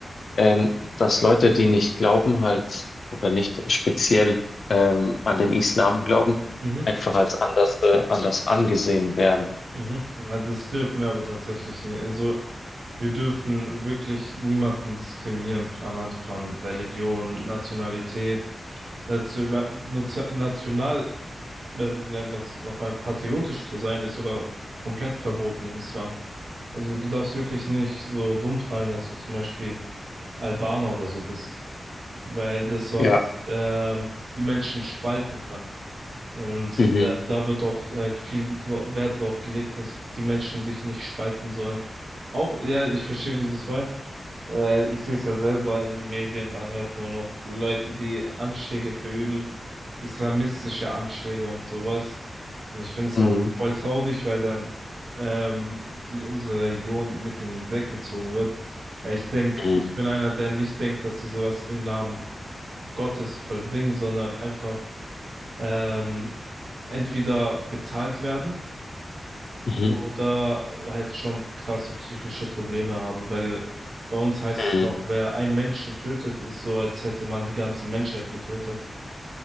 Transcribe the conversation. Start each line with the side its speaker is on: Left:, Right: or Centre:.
Left: ähm, dass Leute, die nicht glauben, halt oder nicht speziell ähm, an den Islam glauben,
Right: Mhm.
Left: einfach als anders, äh, anders angesehen werden.
Right: Mhm. Ja, Das dürfen wir aber tatsächlich nicht. Also wir dürfen wirklich niemanden diskriminieren anhand von Religion, Nationalität, National, national, äh, wie nennt man es nochmal, patriotisch zu sein, ist sogar komplett verboten im Islam. Also du darfst wirklich nicht so rumprallen, dass du zum Beispiel Albaner oder so bist, weil das sonst
Left: Ja.
Right: ähm, die Menschen spalten kann. Und
Left: Mhm.
Right: äh, da wird auch halt viel dra- Wert drauf gelegt, dass die Menschen sich nicht spalten sollen. Auch, ja, ich verstehe, wie du es meinst, weil ich sehe es ja selber in den Medien, man hört nur noch Leute, die Anschläge verüben, islamistische Anschläge und sowas. Und ich finde es
Left: Mhm.
Right: auch voll traurig, weil dann ähm, die, unsere Region mit in den Dreck gezogen wird. Weil ich denke,
Left: Mhm.
Right: ich bin einer, der nicht denkt, dass sie sowas im Namen Gottes vollbringen, sondern einfach ähm, entweder bezahlt werden
Left: Mhm.
Right: oder halt schon krasse psychische Probleme haben, weil bei uns heißt
Left: Mhm.
Right: es noch, wer einen Menschen tötet, ist so, als hätte man die ganze Menschheit getötet.